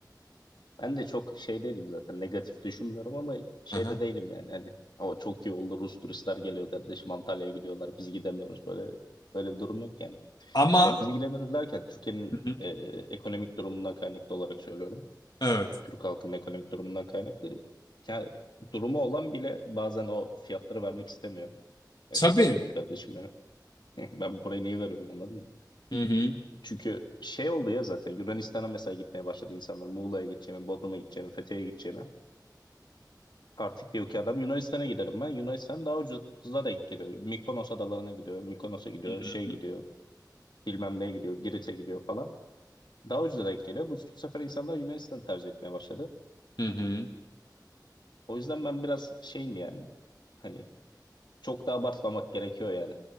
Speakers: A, on the left; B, on the left.
A: Ben de çok şey değilim zaten negatif düşünmüyorum ama şey
B: Aha.
A: de değilim yani hani ama çok iyi oldu Rus turistler geliyor kardeşim Antalya'ya gidiyorlar biz gidemiyoruz böyle böyle bir durum yok yani.
B: Ama
A: Ya biz gidemiyoruz derken Türkiye'nin
B: Hı hı.
A: e, ekonomik durumundan kaynaklı olarak söylüyorum.
B: evet.
A: Türk halkının ekonomik durumundan kaynaklı. Ya, durumu olan bile bazen o fiyatları vermek istemiyor. Ya
B: Tabii.
A: çünkü diyor ki kardeşim ya, <laughs> ben burayı niye veriyorum anladın mı?
B: Hı hı.
A: Çünkü şey oldu ya zaten Yunanistan'a mesela gitmeye başladı insanlar. Muğla'ya gideceğimi, Bodrum'a gideceğimi, Fethiye'ye gideceğimi. Artık diyor ki adam Yunanistan'a giderim ben. Yunanistan daha ucuza denk geliyor. Mikonos adalarına gidiyor. Mikonos'a gidiyor.
B: Hı hı.
A: Şey gidiyor. Bilmem neye gidiyor. Girit'e gidiyor falan. Daha ucuza denk geliyor. Bu sefer insanlar Yunanistan'ı tercih etmeye başladı.
B: Hı hı.
A: O yüzden ben biraz şeyim yani. Hani çok da abartmamak gerekiyor yani.